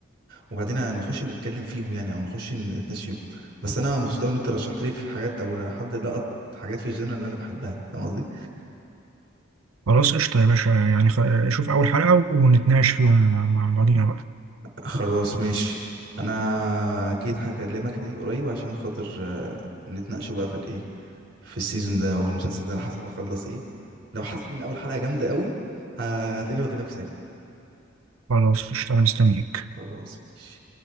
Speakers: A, on the right; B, on the right.
A: وبعدين نخش نتكلم فيهم يعني او نخش نتناقش فيهم بس انا مبسوط قوي ان انت رشحت لي في حاجات او حد لقط حاجات في الجنرال اللي انا بحبها فاهم قصدي
B: خلاص قشطة يا باشا يعني خ... شوف أول حلقة ونتناقش فيهم مع بعضينا بقى
A: خلاص ماشي انا اكيد هكلمك تاني قريب عشان خاطر آه، نتناقشوا بقى في الايه في السيزون ده او المسلسل ده على حسب هخلص ايه لو حسيت ان اول حلقة جامدة قوي هتلاقيني بكلمك ساعتها
B: خلاص قشطة أنا مستنيك
A: خلاص ماشي